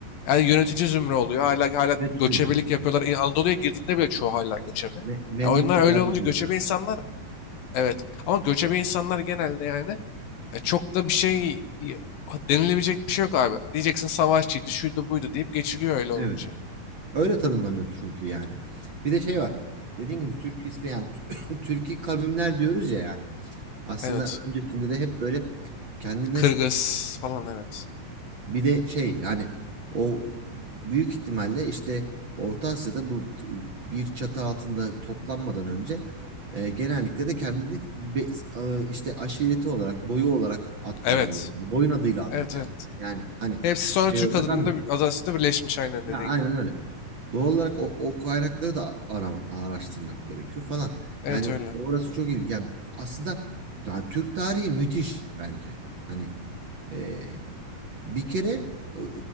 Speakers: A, on the left (about 75°); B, on the right (about 45°).
A: Yani yönetici zümre oluyor. Hala hala
B: Evet cümle.
A: göçebelik
B: İki.
A: yapıyorlar. İ- Anadolu'ya girdiğinde bile çoğu hala göçebe.
B: Me Memlüklülerde
A: Yani oyunlar öyle olunca
B: de
A: göçebe
B: yine.
A: insanlar Evet. Ama göçebe insanlar genelde yani e, çok da bir şey y- denilebilecek bir şey yok abi. Diyeceksin savaşçıydı, şuydu buydu deyip geçiliyor öyle
B: Evet.
A: olunca.
B: Öyle tanımlanıyor çünkü yani. Bir de şey var. Dediğim gibi Türk ismi yani <clears throat> Türki <laughs> kavimler diyoruz ya yani. Aslında
A: Evet.
B: öncesinde de hep böyle kendine
A: Kırgız falan evet.
B: Bir de şey yani o büyük ihtimalle işte Orta Asya'da bu t- bir çatı altında toplanmadan önce e, genellikle de kendini be- e, işte aşireti olarak boyu olarak adlandırıyor.
A: Evet.
B: Yani boyun adıyla anıyor
A: Evet
B: kendini.
A: evet.
B: Yani hani
A: Hepsi sonra
B: şey
A: Türk
B: olarak
A: adında
B: anmıyor.
A: adasında birleşmiş aynen
B: Ya
A: dediğin
B: aynen
A: gibi.
B: öyle. Doğal olarak o, o kaynakları da ara- araştırmak gerekiyor falan.
A: Evet
B: Yani
A: öyle.
B: orası çok iyi. Yani aslında yani Türk tarihi müthiş bence. Hani e, bir kere e,